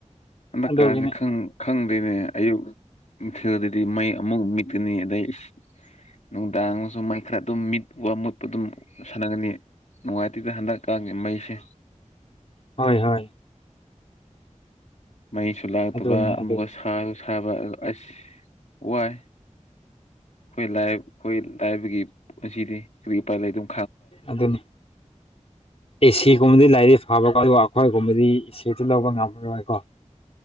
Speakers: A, on the left (about 65°); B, on the left (about 50°).
A: ꯍꯟꯗꯛꯀꯥꯁꯦ
B: ꯑꯗꯨꯒꯤꯅꯤ
A: ꯈꯪ ꯈꯪꯗꯦꯅꯦ ꯑꯌꯨꯛ ꯅꯨꯡꯊꯤꯜꯗꯗꯤ ꯃꯩ ꯑꯃꯨꯛ ꯃꯤꯠꯀꯅꯤ ꯑꯗꯩ ꯑꯁ ꯅꯨꯡꯗꯥꯡꯁꯨ ꯃꯩ ꯈꯔ ꯑꯗꯨꯝ ꯃꯤꯠꯄ ꯃꯨꯠꯄ ꯑꯗꯨꯝ ꯁꯥꯟꯅꯒꯅꯤ ꯅꯨꯡꯉꯥꯏꯇꯦꯗ ꯍꯟꯗꯛ ꯀꯥꯟꯒꯤ ꯃꯩꯁꯦ
B: ꯍꯣꯏ ꯍꯣꯏ
A: ꯃꯩꯁꯨ ꯂꯥꯛꯇꯕ
B: ꯑꯗꯨꯅꯤ
A: ꯑꯃꯨꯛꯀ
B: ꯑꯗꯨꯅꯤ
A: ꯁꯥꯁꯨ ꯁꯥꯕ ꯑꯗꯨ ꯑꯁ ꯋꯥꯏ ꯑꯩꯈꯣꯏ ꯂꯥꯏꯔ ꯑꯩꯈꯣꯏ ꯂꯥꯏꯕꯒꯤ ꯄꯨꯟꯁꯤꯗꯤ ꯎꯄꯥꯏ ꯂꯩꯗꯧ
B: ꯑꯗꯨꯅꯤ ꯑꯦꯁꯤꯒꯨꯝꯕꯗꯤ ꯂꯥꯏꯔꯤꯛ ꯐꯕꯀꯣ ꯑꯗꯨꯒ ꯑꯩꯈꯣꯏꯒꯨꯝꯕꯗꯤ ꯑꯦꯁꯤꯗꯨ ꯂꯧꯕ ꯉꯝꯃꯔꯣꯏ ꯀ‌ꯣ